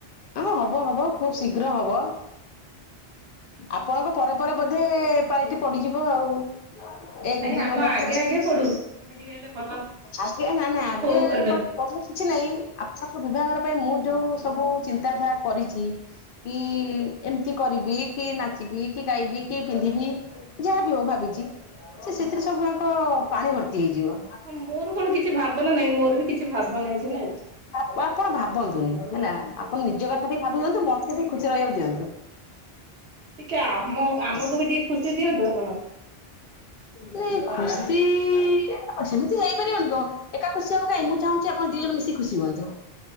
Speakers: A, on the left; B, on the right.
A: ହଁ ହବ ହବ ଖୁବ ଶୀଘ୍ର ହବ। ଆପଣଙ୍କ ପରେ ପରେ ବୋଧେ ପାଳିଟି ପଡିଯିବ ଆଉ। ଏକ
B: ନାଇଁ
A: ରୁ ଦୁଇ
B: ଆମ
A: ହବା
B: ଆଗେ
A: ଆ
B: ଆଗେ ପଡୁ ଆମେ ଟିକେ ହେଲେ ଭଲ
A: ଆଗେ ନା ନା
B: ଉପଭୋଗ
A: ଆଗେ
B: କରିବା।
A: କଲେ କିଛି ନାହିଁ ଆପଣ ବିଭାଗର ପାଇଁ ମୁଁ ଯୋଉ ସବୁ ଚିନ୍ତାଧାର କରିଛି କି ଏମିତି କରିବି କି ନାଚିବି କି ଗାଇବି କି ପିନ୍ଧିବି ଯାହାବି ହଉ ଭାବିଛି ସେ ସେଥିରେ ସବୁଆ ତ ପାଣି ଭର୍ତ୍ତି ହେଇଯିବ।
B: ଅ ମୋର କଣ କିଛି ଭାବନା ନାହିଁ ମୋର ବି କିଛି ଭାବନା ଅଛିନା।
A: ଆପ ଆପଣ ଭାବନ୍ତୁନି ହେଲା ଆପଣ ନିଜ କଥା ଟିକ ଭାବି ଦିଅନ୍ତୁ। ମୋତେ ବି ଖୁସି ରହିବାକୁ ଦିଅନ୍ତୁ।
B: ଟିକେ ଆମ ଆମକୁ ବି ଟିକେ ଖୁସି ଦିଅନ୍ତୁ ଆପଣ।
A: ଲେ ଖୁସି ଏ ଆଉ ସେମିତି ହେଇପାରିବନି କଣ ଏକା ଖୁସି ହବ କାଇଁ ମୁଁ ଚାହୁଁଛି ଆପଣ ଦି ଜଣ ମିଶି ଖୁସି ହୁଅନ୍ତୁ।